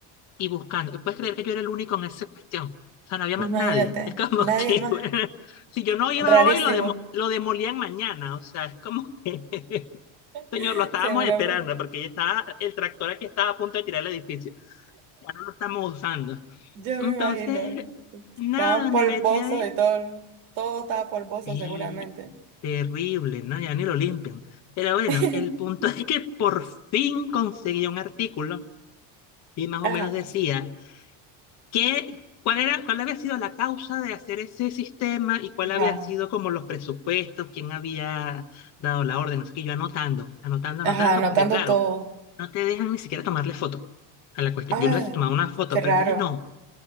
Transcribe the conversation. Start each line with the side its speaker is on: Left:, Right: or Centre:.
Left: y buscando. ¿Puedes creer que yo era el único en esa cuestión? O sea, no había
Right: Imagínate.
Left: más nadie. <laughs> Es como
Right: Nadie
Left: que,
Right: más.
Left: <laughs> si yo no iba
Right: Rarísimo.
Left: hoy, lo, demo- lo demolían mañana. O sea, es como que, <laughs> señor,
Right: <laughs>
Left: lo estábamos
Right: Seguramente.
Left: esperando porque ya estaba, el tractor aquí estaba a punto de tirar el edificio. Ya no lo estamos usando.
Right: Yo
Left: Entonces,
Right: me imagino. Estaban
Left: nada,
Right: polvosos
Left: me metí ahí
Right: y todo, todo estaba polvoso
Left: y
Right: seguramente.
Left: terrible, ¿no? Ya ni lo limpian. Pero bueno,
Right: <laughs>
Left: el punto <laughs> es que por fin conseguí un artículo y más
Right: Ajá,
Left: o menos decía ¿Qué, cuál era, cuál había sido la causa de hacer ese sistema y cuál había
Right: ajá,
Left: sido como los presupuestos, quién había dado la orden? Así que yo anotando, anotando,
Right: ajá,
Left: anotando,
Right: anotando
Left: porque claro,
Right: todo.
Left: no te dejan ni siquiera tomarle foto a la cuestión.
Right: Ay,
Left: Yo lo dije tomaba una foto,
Right: qué raro.
Left: pero entonces no,